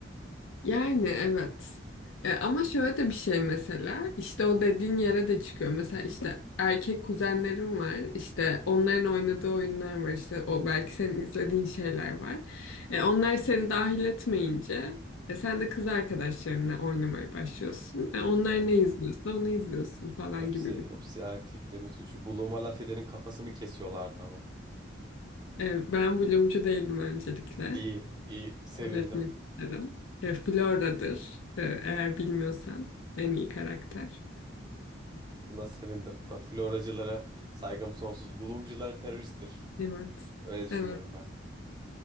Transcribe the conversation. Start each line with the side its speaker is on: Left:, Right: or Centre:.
Left: Yani evet. E, ama şöyle de bir şey mesela işte o dediğin yere de çıkıyor. Mesela işte erkek kuzenlerim var. işte onların oynadığı oyunlar var. işte o belki senin izlediğin şeyler var. E, onlar seni dahil etmeyince e, sen de kız arkadaşlarınla oynamaya başlıyorsun. E, onlar
Right: Evet.
Left: ne izliyorsa onu izliyorsun falan
Right: Hepsi
Left: gibi bir.
Right: hepsi erkeklerin suçu. Buluma laf edenin kafasını kesiyorlardı ama.
Left: E, ben Bloom'cu değildim öncelikle.
Right: İyi, iyi. Sevindim.
Left: Belirtmek isterim. E, Flora'dır. E, eğer bilmiyorsan en iyi karakter.
Right: Buna sevindim. Ben floracılara saygım sonsuz. Bulumcular teröristtir.
Left: Evet.
Right: Öyle düşünüyorum
Left: Evet.
Right: ben.